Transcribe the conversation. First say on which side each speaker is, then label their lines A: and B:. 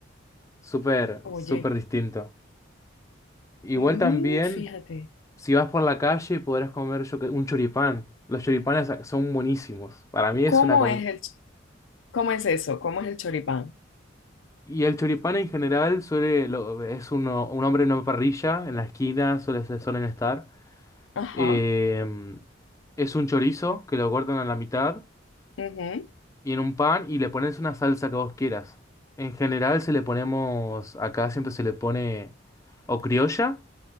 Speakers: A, on the left; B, on the left.
A: Súper,
B: Oye,
A: súper distinto. Igual
B: mm,
A: también,
B: fíjate.
A: si vas por la calle, podrás comer yo que- un choripán. Los choripanes son buenísimos. Para mí es
B: ¿Cómo
A: una... com-
B: es el, ch- cómo es eso? ¿Cómo es el choripán?
A: Y el choripán en general suele, lo- es uno, un hombre en una parrilla, en la esquina suele, se- suelen estar.
B: Ajá,
A: Eh, es un chorizo que lo cortan a la mitad
B: ujú,
A: y en un pan y le pones una salsa que vos quieras. En general se le ponemos, acá siempre se le pone o criolla